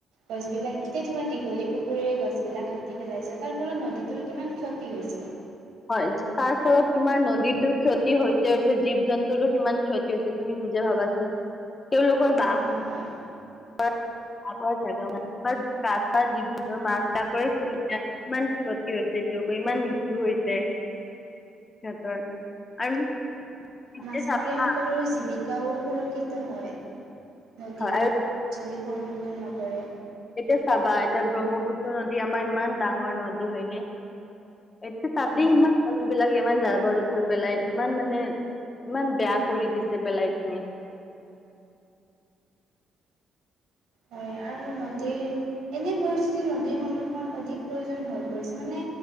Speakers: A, on the right; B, on the left.
A: গছবিলাক এতিয়া তোমাৰ দীঘলী পুখুৰীৰে গছবিলাক কাটি পেলাইছে তাৰ ফলত নদী তোৰ কিমান ক্ষতি হৈছে।
B: হয় তাৰ ফলত তোমাৰ নদীতো ক্ষতি হৈছে হৈছে জীৱ জন্তুৰো কিমান ক্ষতি হৈছে তুমি নিজে ভাবাচোন। তেওঁলোকৰ বা
A: অঁ হয়
B: <unintelligible> ইমান ক্ষতি হৈছে তেওঁলোকৰ, ইমান মিৃত্যু হৈছে। সিহঁতৰ আৰু এতিয়া
A: মাছমৰীয়া
B: চাবা হা,
A: সকলৰ জীৱিকাও সুৰক্ষিত হয় নদীৰ
B: হয় আৰু
A: যদি প্ৰদূষণ নকৰে।
B: এতিয়া চাবা এতিয়া ব্ৰহ্মপুত্ৰ নদী আমাৰ ইমান ডাঙৰ নদী হয়নে, এতিয়া তাতেই
A: উম।
B: ইমান মানুহ বিলাকে ইমান জাবৰ-জোথৰ পেলাই ইমান মানে ইমান বেয়া কৰি দিছে পেলাই পিনে।
A: হয় আৰু নদীৰ এনেই পৰিস্থিতিত নদীৰ সংৰক্ষণ অধিক প্ৰয়োজন হৈ পৰিছে মানে